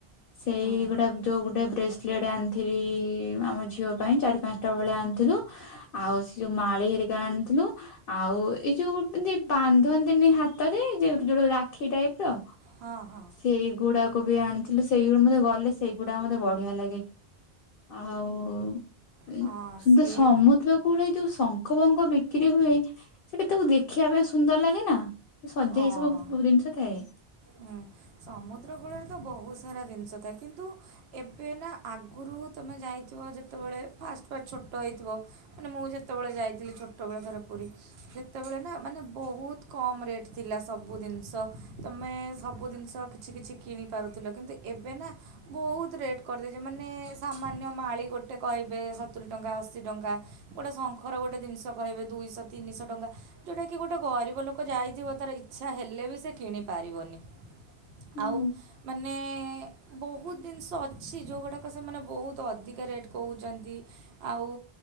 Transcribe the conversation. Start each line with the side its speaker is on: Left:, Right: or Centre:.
Left: ସେଇ
Right: ହଁ ହଁ ହୁଁ
Left: ଗୁଡା ଯୋଉ ଗୋଟେ ବ୍ରେସଲେଟ ଆଣିଥିଲି ଆମ ଝିଅ ପାଇଁ ଚାରି ପାଞ୍ଚଟା ଭଳିଆ ଆଣିଥିଲୁ। ଆଉ ସେ ଯୋଉ ମାଳି ହେରିକା ଆଣିଥିଲୁ। ଆଉ ଏଇ ଯୋଉ ଏମତି ବାନ୍ଧନ୍ତିନି ହାତରେ ଯେ ଯୋଉ ରାକ୍ଷୀ ଟାଇପର।
Right: ହଁ ହଁ।
Left: ଏଇ ଗୁଡାକ ବି ଆଣିଥିଲୁ। ସେଇଗୁଡା ମତେ ଗଲେ ସେଇଗୁଡାକ ମତେ ବଢିଆ ଲାଗେ ଆଉ ଏ
Right: ହଁ
Left: କିନ୍ତୁ
Right: ସିଏ
Left: ସମୁଦ୍ର କୂଳେ ଯୋଉ ଶଙ୍ଖ ବଙ୍ଗ ବିକ୍ରି ହୁଏ ସେଟି ତାକୁ ଦେଖିଆ ପାଇଁ ସୁନ୍ଦର ଲାଗେନା। ସଜିଆ
Right: ହଁ।
Left: ହେଇ ସବୁ ସବୁ ଜିନିଷ ଥାଏ।
Right: ହୁଁ ସମୁଦ୍ର କୂଳରେ ତ ବହୁତ ସାରା ଜିନିଷ ଥାଏ କିନ୍ତୁ ଏବେ ନା ଆଗୁରୁ ତମେ ଯାଇଥିବ ଯେତେବେଳେ ଫାଷ୍ଟ ଫାଷ୍ଟ ଛୋଟ ହେଇଥିବ। ମାନେ ମୁଁ ଯେତବେଶଳେ ଯାଇଥିଲି ଛୋଟ ବେଳେ ଥରେ ପୁରୀ। ଯେତେବେଳେ ନା ମାନେ ବହୁତ କମ ରେଟ ଥିଲା ସବୁ ଜିନିଷ ତମେ ସବୁ ଜି ନିଷ କିଛି କିଛି କିଣିପାରୁଥିଲ କିନ୍ତୁ ଏବେ ନା ବହୁତ ରେଟ୍ କରିଦେଇଚି ମାନେ ସାମାନ୍ୟ ମାଳି ଗୋଟେ କହିବେ ସତୁରୀ ଟଙ୍କା ଅଶୀ ଟଙ୍କା। ଗୋଟେ ଶଙ୍ଖର ଗୋଟେ ଜିନିଷ କହିବେ ଦୁଇଶ ତିନିଶ ଟଙ୍କା। ଯୋଉଟାକି ଗୋଟେ ଗରିବ ଲୋକ ଯାଇଥିବ ତାର ଇଚ୍ଛା ହେଲେ ବି ସେ କିଣିପାରିବନି।
Left: ହୁଁ
Right: ଆଉ ମାନେ ବହୁତ ଜିନିଷ ଅଛି ଯୋଉଗୁଡ଼ାକ ସେମାନେ ବହୁତ ଅଧିକା ରେଟ୍ କହୁଚନ୍ତି। ଆଉ